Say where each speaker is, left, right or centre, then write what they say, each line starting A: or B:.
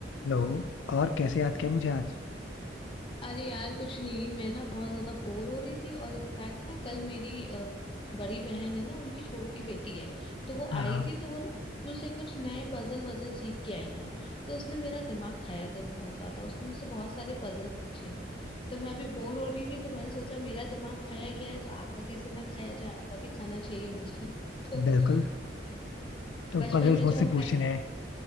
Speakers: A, on the left; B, on the left.
A: Hello और कैसे याद किया मुझे आज
B: अरे यार कुछ नहीं मैं ना बहुत ज्यादा बोर हो रही थी और इनफैक्ट ना कल मेरी अ, बड़ी बहन है ना उनकी छोटी बेटी है तो वो
A: हाँ
B: आई
A: हाँ
B: थी तो वो ना स्कूल से कुछ नए पजल वजल सीख के आई है तो उसने मेरा दिमाग खाया कल बहुत ज्यादा उसने मुझसे बहुत सारे पजल पूछे तो मैं अभी बोर हो रही थी तो मैंने सोचा मेरा दिमाग खाया गया है तो आपका कैसे ना खाया जाए आपका भी खाना चाहिए मुझे <laughs> तो
A: बिल्कुल तो
B: बचपन
A: पजल्स
B: में
A: मुझसे
B: जो हम
A: पूछने
B: पहेलियां
A: हैं